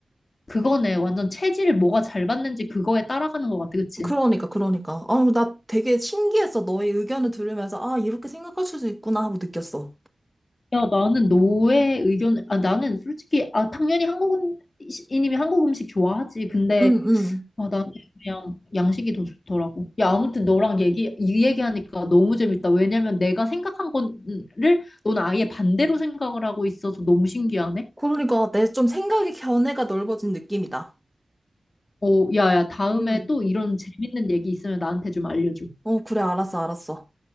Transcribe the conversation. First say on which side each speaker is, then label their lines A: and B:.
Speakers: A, on the left; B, in the centre.
A: 그거네. 완전 체질 뭐가 잘 받는지 그거에 따라가는 것 같아. 그치?
B: 그러니까 그러니까. 아, 나 되게 신기했어. 너의 의견을 들으면서 아, 이렇게 생각할 수도 있구나 하고 느꼈어.
A: 야, 나는 너의 의견을, 아, 나는 솔직히, 아, 당연히 한국 음식이님이 한국 음식 좋아하지. 근데,
B: 응, 응.
A: 아, 나는 그냥 양식이 더 좋더라고. 야, 아무튼 너랑 얘기, 이 얘기하니까 너무 재밌다. 왜냐면 내가 생각한 거를 너는 아예 반대로 생각을 하고 있어서 너무 신기하네.
B: 그러니까 내 좀 생각의 견해가 넓어진 느낌이다.
A: 어, 야, 야, 다음에
B: 응.
A: 또 이런 재밌는 얘기 있으면 나한테 좀 알려줘.
B: 어, 그래 알았어 알았어.